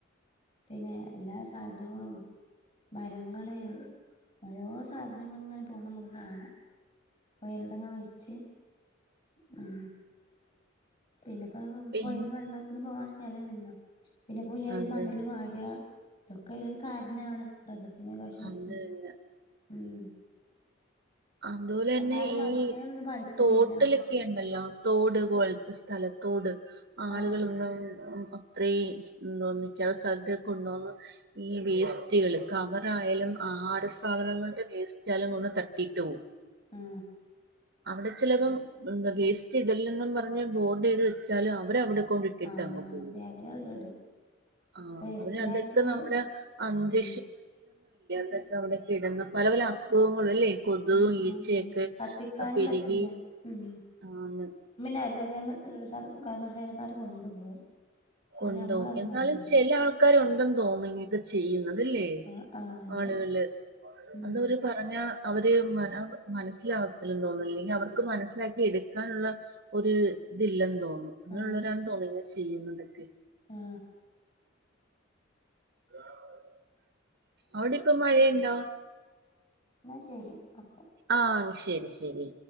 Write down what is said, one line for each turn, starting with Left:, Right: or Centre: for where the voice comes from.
Left: പിന്നെ എല്ലാ സാധനങ്ങളും മരങ്ങള് ഓരോ സാധനങ്ങളിങ്ങനെ പോകുന്ന നമുക്ക് കാണാം വേരിടങ്ങ ഒഴിച്ച് ഉം പിന്നെ
Right: പിന്നെ
Left: പുയല് വെള്ളത്തിന് പോകാൻ സ്ഥലല്ലല്ലോ പിന്നെ പുയല്
Right: അത്
Left: മണല്
Right: തന്നെ
Left: വാര്ക അതൊക്കെ ഒരു കാരണാണ് പ്രകൃതിയെ ദോഷംവരുത്തുന്ന
Right: അത് തന്നെ
Left: ഉം
Right: അതുപോലെ തന്നെ
Left: എന്നാലും
Right: ഈ
Left: മനുഷ്യനൊന്നും പഠിക്കുന്നില്ല
Right: തോട്ടിലൊക്കെ
Left: അവർക്ക്
Right: ഉണ്ടല്ലോ തോട് പോലത്തെ സ്ഥലത്തോട് ആളുകൾ
Left: ആഹ്
Right: <unintelligible> അത്രേ <unintelligible> കൊണ്ടോന്ന് ഈ വേസ് റ്റുകൾ. കവർ ആയാലും ആഹാര സാധനങ്ങളുടെ വേസ്റ്റ് ആയാലും കൊണ്ട് തട്ടീട്ട് പോവും.
Left: ആഹ്
Right: അവിടെ ചിലപ്പം വേസ്റ്റ് ഇടല്ലെന്നും പറഞ്ഞ് ബോർഡ് എഴ്തി വെച്ചാലും അവരവിടെ കൊണ്ടിട്ടിട്ടങ്ങ്
Left: ആഹ്
Right: പോവും
Left: അതെ അവരവിടെ ഇടും
Right: ആഹ്
Left: വേസ്റ്റിനായിട്ടിത്
Right: അവരതൊക്കെ നമ്മള് അ <unintelligible>
Left: ഉം
Right: <unintelligible> ക്കെ അവിടൊക്കെ ഇടുന്ന പല പല അസുഖങ്ങളും അല്ലേ കൊതും
Left: ഉം
Right: ഈച്ചയൊക്കെ
Left: ഉം ഉം കത്തിക്കാനും
Right: പെരുകി
Left: പറ്റില്ല ഉം
Right: ആന്ന്
Left: <unintelligible> കൊണ്ടുപോകും
Right: കൊണ്ടോവും
Left: പിന്നെ നമ്മളതൊന്നും
Right: എന്നാലും
Left: അറിയണ്ട
Right: ചെല ആൾക്കാരുണ്ടെന്ന് തോന്നന്ന് ഇങ് ക്ക ചെയ്യുന്നത് തല്ലേ
Left: ആ ആ ഉണ്ട്
Right: ആളുകള്
Left: ഉം
Right: അന്ന് അവര് പറഞ്ഞ അവര് മന മനസ്സിലാകത്തില്ലെന്ന് തോന്നുന്ന് ഇല്ലെങ്കിൽ അവർ ക്ക്‌ മനസിലാക്കി എടു കാനുള്ള ഒരു ഇതില്ലെന്ന് തോന്നും അങ്ങനെയുള്ളവരാണ്
Left: ആ
Right: തോന്ന്ണ് ഇങ്ങന ചെയ്യുന്നത്. <unintelligible>
Left: ആഹ്.
Right: <inaudible> അവിടെ ഇപ്പ മഴയുണ്ടോ?
Left: ന്നാ ശരി അപ്പോ.
Right: ആഹ് ശരി ശരി.